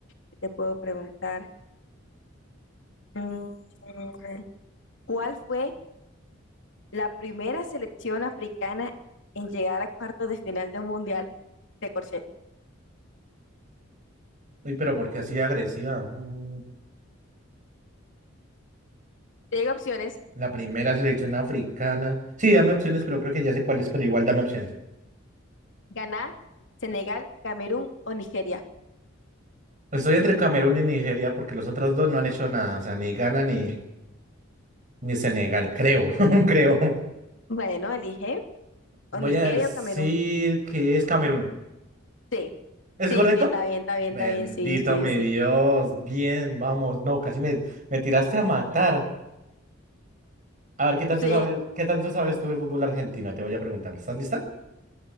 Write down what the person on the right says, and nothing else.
Uy, pero ¿por qué así agresiva? Mm,
La primera selección africana. Sí, dame opciones, pero creo que ya sé cuál es, pero igual dame opciones.
Estoy entre Camerún y Nigeria porque los otros dos no han hecho nada. O sea, ni Ghana ni, ni Senegal, creo, <laughs> creo.
Voy
a decir
que es Camerún.
¿Es
correcto?
Bendito
mi
Dios. Bien, vamos. No, casi me, me tiraste a matar. A ver, ¿qué tanto
sabes, qué tanto sabes tú de fútbol argentino? Te voy a preguntar. ¿Estás lista?